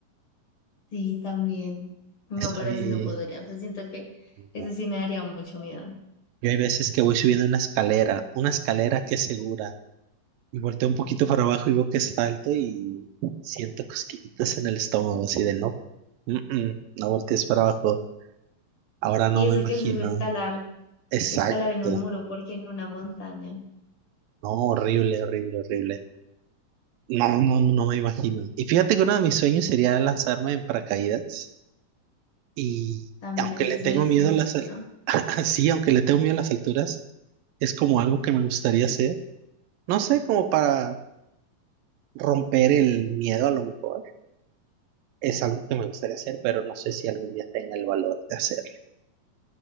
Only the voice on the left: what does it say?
sí, también. No,
pero
así no podría. O sea, siento que eso
sí me daría mucho miedo.
Y eso
que es, es escalar,
escalar en un muro, porque en una montaña
también
eso
es
muy extremo,
¿no?